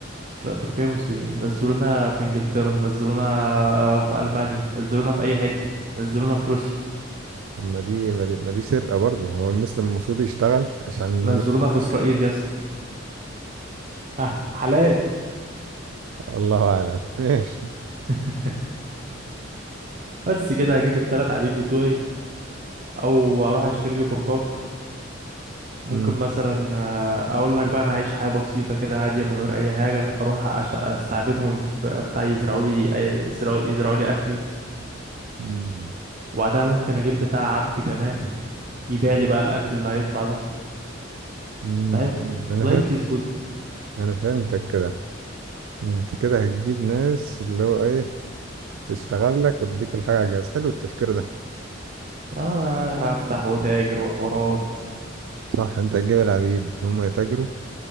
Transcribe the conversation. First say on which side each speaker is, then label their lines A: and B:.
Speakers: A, on the right; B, on the right.
A: في تركيا مسلمين نزلونا في انجلترا نزلونا في المانيا نزلونا في اي حته نزلونا في روسيا
B: ما دي ما دي ما دي سرقة برضه هو المسلم المفروض يشتغل عشان
A: نزلونا في اسرائيل يا اسطى ها حلال
B: الله اعلم <laughs> ماشي
A: <laughs> بس كده هجيب التلات عبيد بتوعي او اروح اشتري لي كرباج ممكن
B: مم.
A: مثلا آه، اقول لك بقى انا عايش حياه بسيطه كده هاديه من غير اي حاجه اروح أش- استعبدهم في بتاع يزرعوا لي آه، يزرعوا يزرعوا لي اكلي
B: مم.
A: وبعدها ممكن اجيب بتاع عبد كمان يبيع لي بقى الاكل اللي هيطلع ده
B: مم.
A: فاهم
B: انا
A: لايف
B: فهمت
A: از جود
B: انا فهمتك كده انت كده هتجيب ناس اللي هو ايه تشتغل لك وتديك الحاجه على الجهاز حلو التفكير ده
A: اه افتح وتاجر وحوارات
B: صح انت هتجيب العبيد هم يتاجروا